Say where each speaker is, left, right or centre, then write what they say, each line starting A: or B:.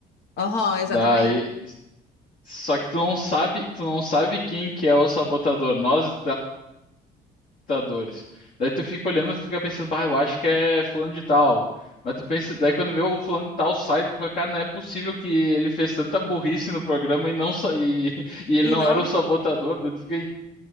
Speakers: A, on the left; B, on the left.
A: aham, exatamente.
B: Daí. Só que tu não sabe, tu não sabe quem que é o sabotador. Nós, computadores. Daí tu fica olhando e fica pensando, bah, eu acho que é fulano de tal. Mas tu pensa, daí quando vê o fulano de tal sai, tu fica, cara, não é possível que ele fez tanta burrice no programa e não sa- e, <laughs> e ele
A: E
B: não
A: não.
B: era o sabotador. Daí tu fica